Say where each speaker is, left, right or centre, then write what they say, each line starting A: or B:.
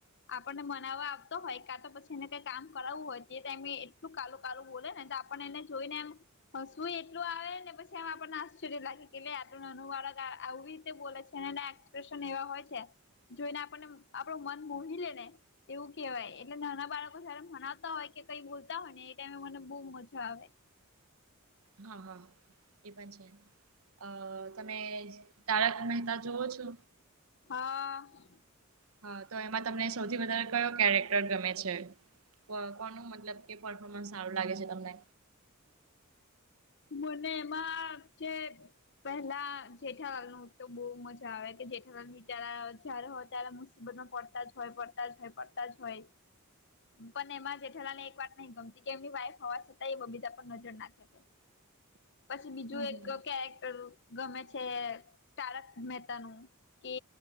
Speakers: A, on the left; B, on the right.
A: આપણને મનાવવા આવતો હોય કા તો પછી એને કઈ કામ કરાવું હોય તે ટાઈમે એટલું કાલુ કાલુ બોલે ને આપડે એને જોઈને એમ હસુ યે એટલું આવે ને પછી આમ આપણ ને આશ્ચર્ય લાગે કે આટલું નાનું બાળક આવી રીતે બોલે છે ને એના એક્સપ્રેશન એવા હોય છે. જોઈને આપણને આપણું મન બૂહિ લેય ને એવું કેહવાય એટલે નાના બાળકો જયારે મનાવતા હોય કે કઈ બોલતા હોય ને એ ટાઈમે મને બો મજા આવે.
B: હા હા એ પણ છે. અ તમે તારક મહેતા જોવો છો?
A: હા.
B: હા તો એમાં તમને સૌથી વધારે કયો કેરેક્ટર ગમે છે? પ કોનું મતલબ કે પરર્ફોર્મન્સ સારું લાગે છે તમને?
A: મને એમાં જે પહેલા જેઠાલાલ નું તો બો મજા આવે કે જેઠાલાલ બિચારા જયારે હોય ત્યારે મુસીબત માં પડતા જ હોય પડતા જ હોય પડતા જ હોય. પણ એમાં જેઠેલાલ ની એક વાત નહી ગમતી કે એમની વાઈફ હોવા છતાં એ બબીતા પર નજર નાખે છે. પછી બીજું
B: હમ હમ
A: એક કેરેક્ટર ગમે છે તારક મહેતા નું કે